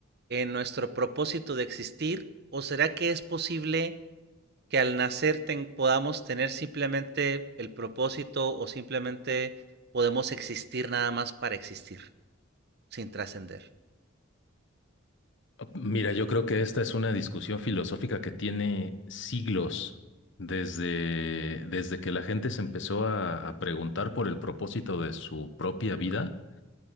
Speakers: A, on the right; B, on the left.
A: en nuestro propósito de existir? ¿O será que es posible que al nacer ten, podamos tener simplemente el propósito o simplemente podemos existir nada más para existir, sin trascender?
B: Oh, Mira, yo creo que esta es una discusión filosófica que tiene siglos desde, desde que la gente se empezó a, a preguntar por el propósito de su propia vida.